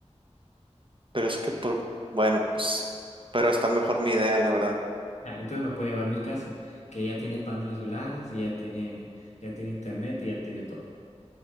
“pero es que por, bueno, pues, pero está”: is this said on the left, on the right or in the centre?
Right